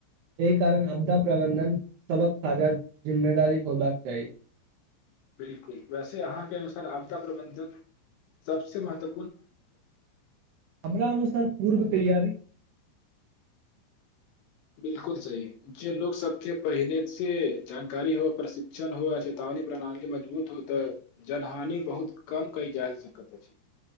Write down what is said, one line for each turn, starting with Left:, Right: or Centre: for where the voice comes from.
Right: एहि कारण आपदा प्रबन्धन सबक साझा जिम्मेदारी होबाक चाही
Left: बिलकुल वैसे अहाँके अनुसार आपदा प्रबंधन सबस महत्व
Right: हमरा अनुसार पूर्व तैयारी
Left: बिलकुल सही जे लोग सबके पहिने से जानकारी हो प्रशिक्षण हो आ चेतावनी प्रणाली मजबूत हो तऽ जनहानि बहुत कम कयल जा सकैत अछि